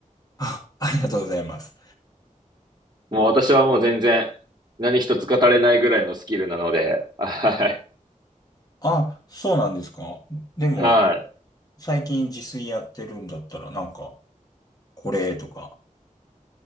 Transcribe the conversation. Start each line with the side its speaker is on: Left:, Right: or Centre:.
Left: あ、ありがとうございます。
Right: もう私はもう全然何一つ語れないぐらいのスキルなので、はい。
Left: あ、そうなんですか。でも、
Right: はい。
Left: 最近自炊やってるんだったら、なんか、これとか。